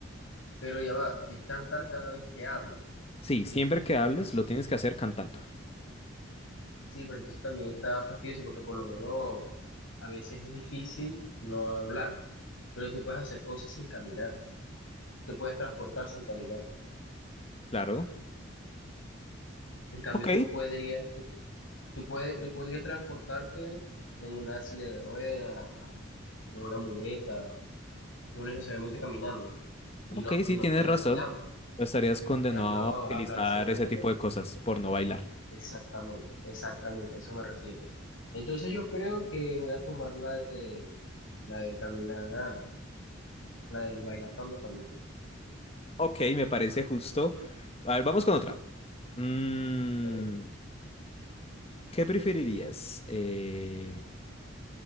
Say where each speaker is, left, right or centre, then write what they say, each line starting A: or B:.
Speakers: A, on the left (about 75°); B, on the left (about 30°).
A: Pero ya va, es cantar cada vez que hablo.
B: Sí, siempre que hables
A: Entonces,
B: lo tienes que hacer cantando.
A: sí, pero entonces también está fastidioso porque por lo menos a veces es difícil no hablar, pero tú puedes hacer cosas sin caminar, te puedes transportar sin caminar.
B: Claro.
A: En cambio,
B: Ok,
A: tú no podrías, tú, tú puedes, tú podrías transportarte en una silla de ruedas, en una muleta, no necesariamente caminando y
B: ok,
A: no, y
B: sí
A: no
B: tienes
A: estarías
B: razón.
A: bailando.
B: No Estarías condenado
A: En cambio,
B: a utilizar
A: hablar siempre
B: ese
A: estaría
B: tipo de cosas por no bailar.
A: Exactamente, exactamente, a eso me refiero. Entonces yo creo que voy a tomar la de la de caminar, la del bailar cuando camino.
B: Ok, me parece justo. A ver, vamos con otra. Mm,
A: Ok.
B: ¿qué preferirías? Eh,